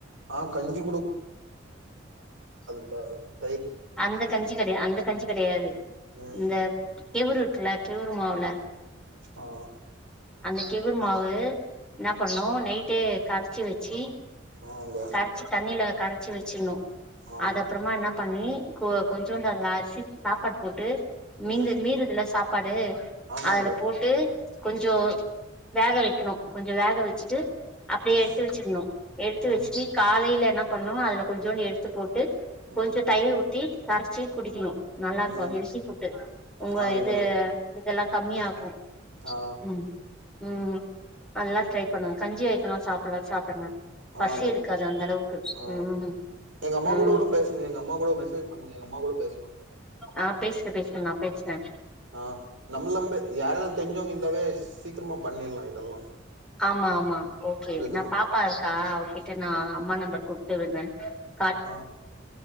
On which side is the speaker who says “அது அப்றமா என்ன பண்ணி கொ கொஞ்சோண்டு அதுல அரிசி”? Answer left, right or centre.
Centre